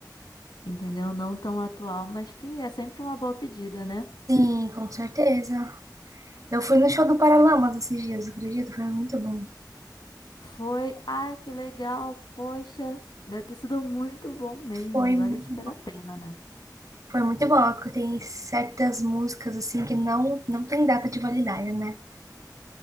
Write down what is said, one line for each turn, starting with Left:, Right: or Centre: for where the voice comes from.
Left: entendeu? Não tão atual, mas que é sempre uma boa pedida, né?
Right: sim, com certeza. Eu fui no show do Paralamas esses dias, acredito, foi muito bom.
Left: Foi, ai, que legal, poxa, deve ter sido muito bom mesmo,
Right: Foi
Left: vale
Right: muito
Left: super
Right: bom.
Left: a pena, né?
Right: Foi muito bom, porque tem certas músicas assim que não não tem data de validade, né?